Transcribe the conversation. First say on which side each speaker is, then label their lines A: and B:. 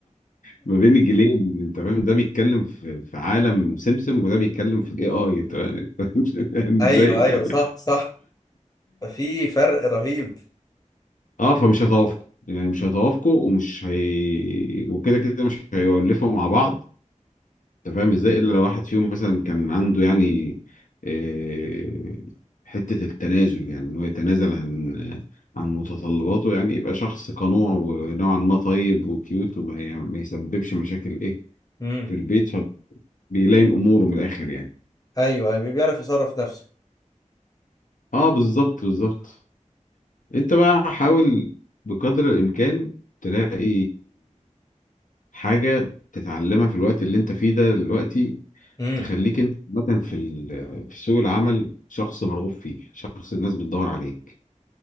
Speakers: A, on the left (about 85°); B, on the left (about 30°).
A: ما بين الجيلين انت فاهم ده بيتكلم في في عالم سمسم وده بيتكلم في الاي اي انت فاهم <laughs> فاهم
B: ايوه
A: ازاي؟
B: ايوه صح صح في فرق رهيب
A: اه فمش هيتوافقوا يعني مش هيتوافقوا ومش هي وكده كده مش هيولفوا مع بعض انت فاهم ازاي الا لو واحد فيهم مثلا كان عنده يعني آه، حتة التنازل يعني ان هو يتنازل عن عن متطلباته يعني يبقى شخص قنوع ونوعا ما طيب وكيوت وما ي- ما يسببش مشاكل ايه
B: امم
A: في البيت فبيلائم اموره من الاخر يعني
B: ايوه أيوة، بيعرف يصرف نفسه
A: اه بالظبط بالظبط انت بقى حاول بقدر الامكان تلاقي حاجة تتعلمها في الوقت اللي انت فيه ده دلوقتي
B: امم
A: تخليك انت مثلا في ال- في سوق العمل شخص مرغوب فيه شخص الناس بتدور عليك